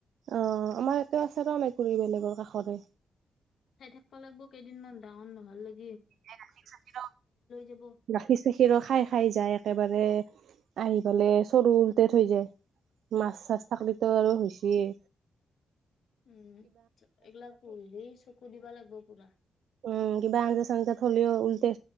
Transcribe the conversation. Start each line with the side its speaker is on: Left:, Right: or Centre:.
Right: অঁ, আমাৰ ইয়াতেও আছে ত মেকুৰী বেলেগৰ কাষৰে।
Left: চাই থাকবা লাগিব কেইদিনমান ডাঙৰ নহল লকে।
Right: গাখীৰ চাখ
Left: যাব
Right: গাখীৰ চাখীৰো খাই খাই যায় একেবাৰে। আহি পালে চৰু ওলতে থৈ যায় মাছ চাছ থাকিলো আৰু হৈচিয়ে।
Left: উম এইগিলা পুহিলি চকু দিবা লাগব পুৰা।
Right: উম কিবা আঞ্জা চাঞ্জা থলেও উলট